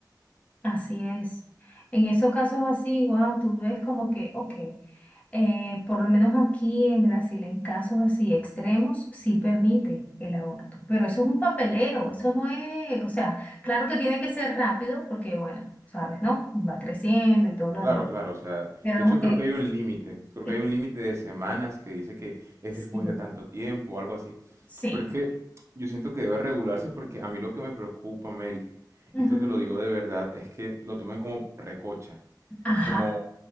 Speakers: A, on the left; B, on the right.
A: así es. En esos casos así, wow, tú ves como que, ok, eh, por lo menos aquí en Brasil, en casos así extremos, sí permite el aborto. Pero eso es un papeleo, eso no es, o sea, claro que tiene que ser rápido porque, bueno, sabes, ¿no? Va creciendo y todo lo
B: Claro,
A: demás.
B: claro, o sea,
A: Pero
B: de hecho creo
A: eh,
B: que hay un límite, creo
A: eh,
B: que hay un límite de semanas que dice que es
A: sí,
B: después de tanto tiempo o algo así,
A: sí.
B: pero es que yo siento que debe regularse porque a mí lo que me preocupa, Mary,
A: Ujú.
B: y esto te lo digo de verdad, es que lo tomen como recocha,
A: Ajá.
B: como,